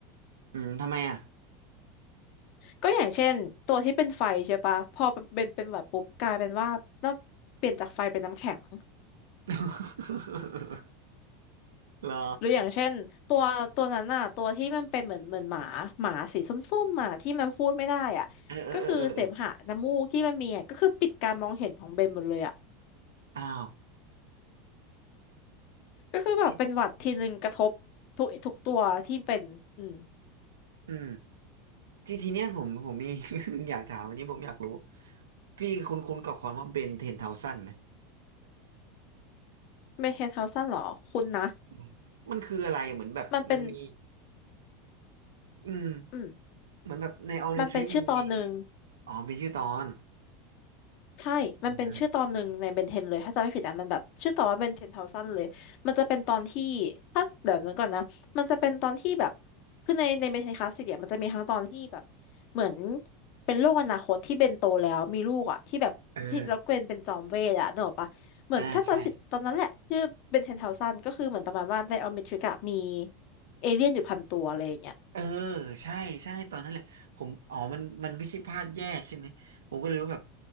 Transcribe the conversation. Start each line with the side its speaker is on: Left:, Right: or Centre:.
Right: อืมทำไมอะ
Left: ก็อย่างเช่นตัวที่เป็นไฟใช่ปะพอเป็นเป็นหวัดปุ๊บกลายเป็นว่าน่าเปลี่ยนจากไฟเป็นน้ำแข็ง
Right: <laughs> เหรอ
Left: หรืออย่างเช่นตัวตัวนั้นน่ะตัวที่มันเป็นเหมือนเหมือนหมาหมาสีส้มๆอ่ะที่มันพูดไม่ได้อ่ะก็คือเสมหะน้ำมูกที่มันมีอ่ะก็คือปิดการมองเห็นของเบนหมดเลยอ่ะ
Right: เออเออเออเออเออ อ้าว
Left: ก็คือแบบเป็นหวัดทีนึงกระทบทุกทุกตัวที่เป็นอืม
Right: ที่อืมที่ทีเนี้ยผมผมมี <laughs> เรื่องหนึงอยากถามอันนี้ผมอยากรู้พี่คุ้นคุ้นกับความว่าเบนเทนเทาซันไหม
Left: เมนเทนเฮาซันเหรอคุณนะ
Right: อืมมันคืออะไรเหมือนแบบมันมี
Left: มันเป็น
Right: อืม
Left: อืม
Right: เหมือนแบบใน All New
Left: มันเป็นชื่อตอนหนึ่ง
Right: Trick มันมี อ๋อมีชื่อตอน
Left: ใช่ มันเป็นชื่อตอนหนึ่งในเบนเทนเลยถ้าจำไม่ผิดอะมันแบบชื่อตอนว่าเบนเทนเทาซันเลยมันจะเป็นตอนที่
Right: อืม
Left: ถ้าเดี๋ยวนึกก่อนนะมันจะเป็นตอนที่แบบคือในในเบนเทนคลาสสิกเนี่ยมันจะมีทั้งตอนที่แบบเหมือนเป็นโลกอนาคตที่เบนโตแล้วมีลูกอะที่แบบที่แล้วเกวนเป็นจอมเวทอะนึกออกปะเหมือนถ้าจำไม่ผิดตอนนั้นแหละชื่อเบนเทนเทาซันก็คือเหมือนประมาณว่าในออมนิทริกอะมี
Right: เอออ่าใช่
Left: เอเลี่ยนอยู่พันตัวอะไรอย่างเงี้ย
Right: เออใช่ใช่ตอนนั้นแหละผมอ๋อมันมันไม่ใช่พลาดแยกใช่ไหมผมก็เลยรู้แบบ